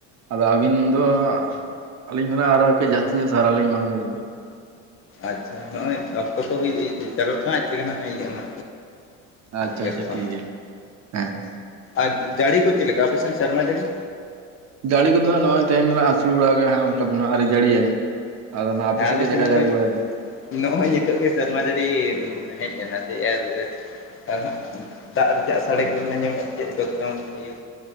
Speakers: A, on the right; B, on the left.
A: ᱟᱫᱚ ᱟᱹᱵᱤᱱ ᱫᱚ ᱟᱹᱞᱤᱧ ᱫᱚᱱᱟᱜ ᱟᱨᱚ ᱠᱟᱹᱡ ᱡᱟᱹᱥᱛᱤ ᱧᱚᱜ ᱥᱟᱨᱦᱟᱣ ᱞᱤᱧ ᱮᱢᱟᱵᱤᱱ ᱠᱟᱱᱟ
B: ᱟᱪᱷᱟ ᱱᱚᱜᱼᱚᱭ ᱚᱠᱛᱚ ᱠᱚ ᱦᱩᱭ ᱡᱟᱨᱣᱟ ᱠᱟᱱᱟ ᱟᱹᱡ ᱛᱮᱜᱮ ᱱᱟᱜ ᱤᱭᱟᱹᱜᱟ
A: ᱟᱪᱪᱷᱟ
B: ᱜᱮᱫᱚᱜᱼᱟ
A: ᱟᱪᱪᱷᱟ ᱴᱷᱤᱠ
B: ᱱᱟ
A: ᱜᱮᱭᱟ ᱦᱮᱸ ᱦᱮᱸ
B: ᱟᱨ ᱡᱟᱹᱲᱤ ᱠᱚ ᱪᱮᱫ ᱞᱮᱠᱟ ᱟᱯᱮ ᱥᱮᱱ ᱥᱮᱨᱢᱟ ᱡᱟᱹᱲᱤ
A: ᱡᱟᱹᱲᱤ ᱠᱚᱫᱚ ᱦᱟᱸᱜ ᱱᱚᱜᱼᱚᱭ ᱛᱮᱦᱮᱧ ᱫᱚ ᱦᱟᱸᱜ ᱟᱹᱥᱩᱞ ᱵᱟᱲᱟ ᱠᱟᱜ ᱦᱟᱸᱜ ᱚᱱᱠᱟ ᱫᱚ ᱦᱟᱸᱜ ᱟᱣᱨᱤ ᱡᱟᱹᱲᱤᱭᱟᱭ ᱟᱫᱚ ᱱᱟᱜ ᱟᱯᱮ
B: ᱦᱮᱸ ᱟᱞᱮ
A: ᱜᱮ ᱪᱮᱫ
B: ᱥᱮᱫ
A: ᱞᱮᱠᱟᱭ
B: ᱱᱚᱜᱼᱚᱭ
A: ᱡᱟᱹᱲᱤ ᱵᱟᱲᱟᱭᱮᱫᱟ
B: ᱱᱚᱜᱼᱚᱭ ᱱᱤᱛᱚᱜ ᱜᱮ ᱥᱮᱨᱢᱟ ᱡᱟᱹᱲᱤ ᱦᱮᱡ ᱮᱱᱟ ᱡᱮ ᱟᱨ ᱫᱟᱜ ᱨᱮᱭᱟᱜ ᱥᱟᱰᱮ ᱠᱚᱵᱤᱱ ᱟᱸᱡᱚᱢᱮᱫᱼᱟ ᱪᱮᱫ ᱫᱚ ᱵᱮᱠᱜᱨᱟᱩᱱᱰ ᱩᱭᱟ